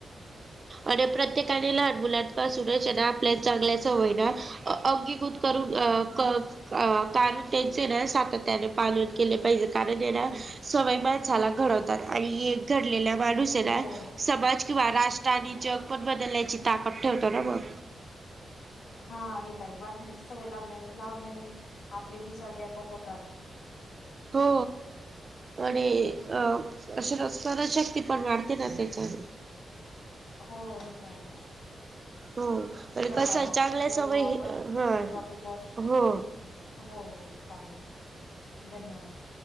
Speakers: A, on the right (about 30°); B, on the left (about 80°).
A: आणि प्रत्येकाने लहान मुलांपासूनच आहे ना आपल्या चांगल्या सवय ना अंगीकृत करून अ अ कारण त्यांच ना सातत्याने पालन केले पाहिजे. कारण हे ना सवय माणसाला घडवतात आणि घडलेला माणुस हेना
B: हो
A: समाज किंवा राष्ट्र आणि जग पण बदलण्याची ताकद ठेवतो ना मग.
B: हा आणि ताई वाटण्याची सवय लावण्या लावण्याने आपले विचार व्यापक होतात.
A: हो. आणि अ स्म स्मरणशक्ती पण वाढते ना त्याच्याने.
B: हो हे काही.
A: हो आणि
B: चलां
A: कसं
B: मंग
A: चांगल्या
B: बोलूं
A: सवय
B: आपणं
A: हा
B: दुसऱ्यां टॉपिक वरं
A: हो
B: हो हो चालेल धन्यंवाद